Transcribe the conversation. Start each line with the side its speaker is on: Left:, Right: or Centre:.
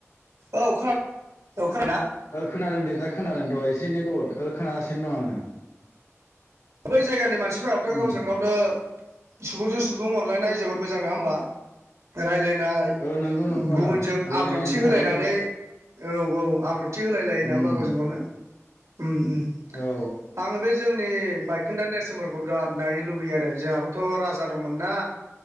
Right: औ खोना औ खोनाबायना?
Left: ओ खोनादों दे दा खोनादों दहाय एसे नेट <unintelligible> खोनागासिनो दं आङो।
Right: बै जायगानि मानसिफोराबोथ'
Left: उम
Right: गावजों गावनो सुबुंजों सुबुं अनलायनाय जोबोद मोजां नङा होमबा? रायलायनाय
Left: ओ नंगौ नंगौ
Right: गुबुनजों
Left: आदा मिलायनानै
Right: आब्रुथि होलायनानै
Left: थायो
Right: औ-औ आब्रुथि होलाय लायो ना
Left: उम
Right: होमबा गावजोंगावनो उम-उम
Left: औ
Right: आङो बे जोंनि बायखोन्दा नेरसोनफोरखौ बिराद नायनो लुबैयो आरो जोंहाबोथ' राजा दंमोन ना